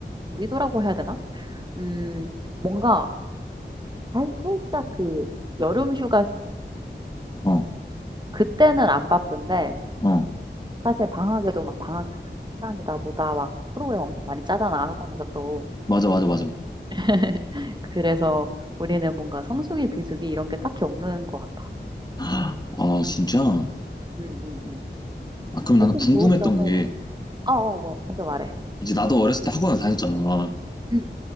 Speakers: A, on the right; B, on the left.
A: 우리도라고 해야 되나? 음, 뭔가, 살- 살짝 그, 여름 휴가철?
B: 어,
A: 그때는 안 바쁜데,
B: 어,
A: 사실 방학에도 막 방학 특강이다 보다 막 프로그램 엄청 많이 짜잖아, 학원에서 또.
B: 맞아, 맞아, 맞아.
A: <laughs> 그래서 우리는 뭔가 성수기, 비수기 이런 게 딱히 없는 것 같아.
B: 아, 진짜?
A: 응, 응, 응.
B: 아, 그럼
A: 대신
B: 나는 궁금했던
A: 좋은 점은,
B: 게,
A: 어, 어, 뭐, 먼저 말해.
B: 이제 나도 어렸을 때 학원을 다녔잖아.
A: 응,